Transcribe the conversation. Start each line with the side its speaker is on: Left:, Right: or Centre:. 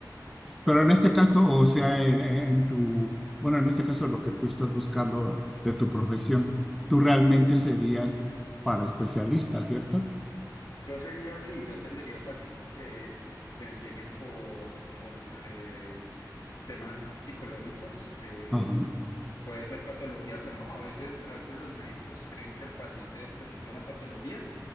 Left: Entonces,
Centre: Pero en este caso, o sea, en, en tu, bueno, en este caso lo que tú estás buscando de tu profesión, tú realmente serías para especialista, ¿cierto?
Left: Yo sería así, yo atendería pacientes que, que lleguen por, por eh, temas psicológicos, eh,
Centre: Ajá,
Left: puede ser patologías o no. A veces, a veces los médicos creen que el paciente presenta una patología,